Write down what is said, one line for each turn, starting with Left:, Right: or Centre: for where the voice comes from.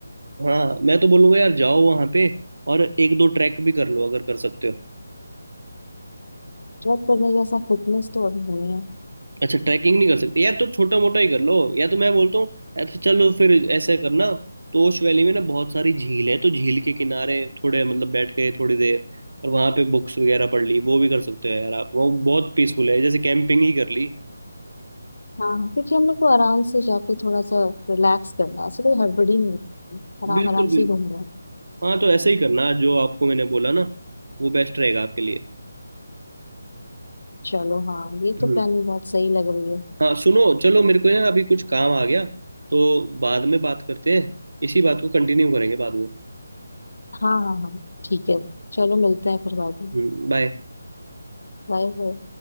Right: हाँ मैं तो बोलूंगा यार जाओ वहां पे और एक दो ट्रैक भी कर लो अगर कर सकते हो
Left: ट्रैक करने जैसा फिटनेस तो अभी नहीं है
Right: अच्छा ट्रैकिंग नहीं कर सकते यार तो छोटा मोटा ही कर लो या तो मैं बोलता हूँ या तो चलो फिर ऐसा करना तोश वैली में ना बहुत सारी झील है तो झील के किनारे थोड़े मतलब बैठ गए थोड़ी देर और वहां पे बुक्स वगैरह पढ़ ली वो भी कर सकते हो यार आप वो बहुत पीसफुल है जैसे कैंपिंग ही कर ली
Left: हाँ हाँ क्योंकि हम लोग को आराम से जाके थोड़ा सा रिलैक्स करना है ऐसे कोई हड़बड़ी नहीं है आराम
Right: बिल्कुल
Left: आराम से
Right: बिल्कुल
Left: ही घूमना है
Right: हाँ तो ऐसे ही करना जो आपको मैंने बोला ना वो बेस्ट रहेगा आपके लिए
Left: चलो हाँ ये
Right: हम्म
Left: तो प्लानिंग बहुत सही लग रही है
Right: हाँ सुनो चलो मेरे को ना अभी कुछ काम आ गया तो बाद में बात करते हैं इसी बात को कंटिन्यू करेंगे बाद में
Left: हाँ हाँ हाँ ठीक है चलो मिलते हैं फिर बाद में
Right: हम्म बाय
Left: Bye bye